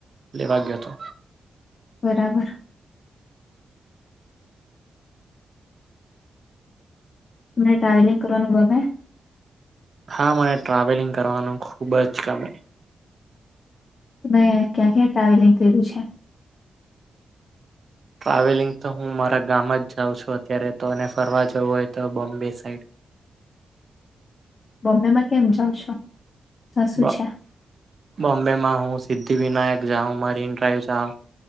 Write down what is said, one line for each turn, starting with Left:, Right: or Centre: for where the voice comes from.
Right: લેવા ગ્યોતો.
Left: બરાબર તમને ટ્રાવેલિંગ કરવાનું ગમે?
Right: હા, મને ટ્રાવેલિંગ કરવાનું ખુબ જ ગમે.
Left: તમે ક્યાં ક્યાં ટ્રાવેલિંગ કર્યું છે?
Right: ટ્રાવેલિંગ તો હું મારા ગામ જ જાઉં છું અત્યારે તો અને ફરવા જવું હોય તો બોમ્બે સાઈડ.
Left: બોમ્બેમાં કેમ જાવ છો? ત્યાં શું
Right: બો
Left: છે
Right: બોમ્બેમાં હું સિદ્ધિ વિનાયક જાઉ મરીન ડ્રાઈવ જાઉ.